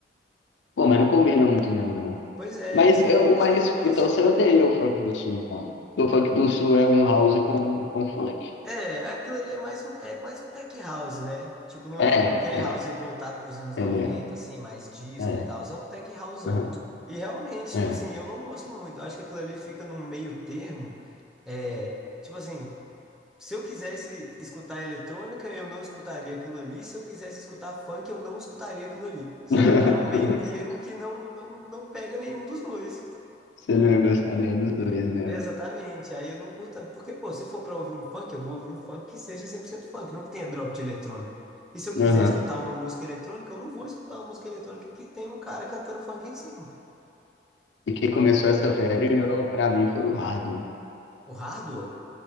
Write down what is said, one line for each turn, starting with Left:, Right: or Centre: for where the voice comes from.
Left: Pô, mas não combina muito mesmo, não.
Centre: Pois é,
Left: Mas,
Centre: esse que
Left: eu,
Centre: é,
Left: mas
Centre: esse que é o negócio.
Left: então você odeia o funk do sul, então. O funk do sul é um house com, com funk.
Centre: É, aquilo ali é mais um, é mais um tech house, né? Tipo, não
Left: É,
Centre: é um, aquele
Left: é.
Centre: house voltado para os anos
Left: Entendeu?
Centre: 90 assim, mais disco
Left: É.
Centre: e tal. É um tech houseão.
Left: Aham.
Centre: E realmente,
Left: É.
Centre: tipo assim, eu não gosto muito. Eu acho que aquilo ali fica num meio termo. É, tipo assim, se eu quisesse escutar eletrônica, eu não escutaria aquilo ali. Se eu quisesse escutar funk, eu não escutaria aquilo ali. Sabe?
Left: <laughs>
Centre: Tá num meio termo que não, não, não pega nenhum dos dois.
Left: Você não ia gostar nem dos dois, né?
Centre: Exatamente. Aí eu não curto tanto. Porque, pô, se for pra ouvir um funk, eu vou ouvir um funk que seja 100% funk, não que tenha drop de eletrônico. E se eu quiser
Left: Aham.
Centre: escutar uma música eletrônica, eu não vou escutar uma música eletrônica que tem um cara cantando funk em cima.
Left: E quem começou essa febre, eu, pra mim, foi o Hardwell.
Centre: O Hardwell?